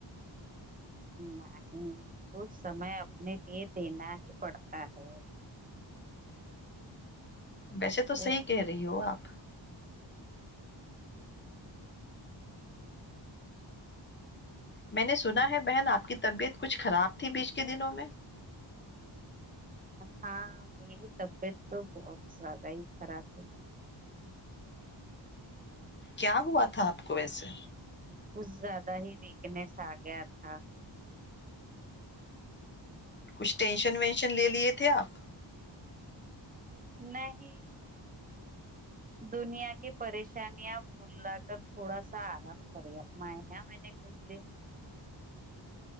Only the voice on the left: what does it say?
ویسے تو
صحیح کہہ رہی ہو آپ میں نے سنا ہے بہن آپ کی طبیعت کچھ خراب تھی بیچ کے دنوں میں
کیا ہوا تھا آپ کو ویسے
کچھ ٹینشن وینشن لے لیے تھے آپ